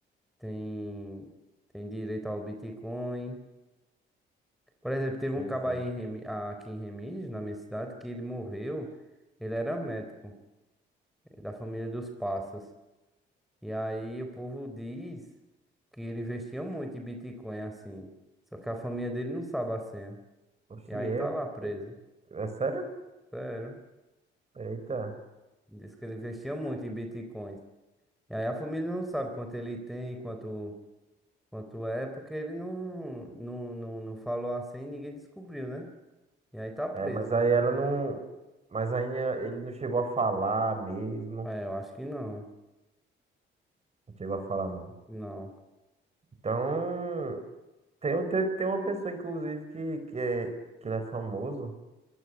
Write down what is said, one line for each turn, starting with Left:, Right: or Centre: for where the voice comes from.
Centre: tem, tem direito ao Bitcoin. Por exemplo, teve
Right: Sim,
Centre: um cabo
Right: sim.
Centre: aí em Remi- aqui em Remígio, na minha cidade, que ele morreu. Ele era médico, eh, da família dos Passos. E aí o povo diz que ele investia muito em Bitcoin, assim. Só que a família dele não sabe a senha.
Right: Oxi,
Centre: E aí
Right: eu.
Centre: tá lá preso.
Right: É é sério?
Centre: Sério.
Right: Eita.
Centre: Diz que ele investia muito em Bitcoin. E aí a família não sabe quanto ele tem, quanto, quanto é, porque ele não, não, não, não falou a senha e ninguém descobriu, né? E aí tá preso.
Right: É, mas aí
Centre: de-
Right: ela não. Mas aí é, ele não chegou a falar mesmo.
Centre: É, eu acho que não.
Right: Não chegou a falar, não.
Centre: Não.
Right: Então. Tem, um- tem, tem uma pessoa, inclusive, que, que, é, que ele é famoso.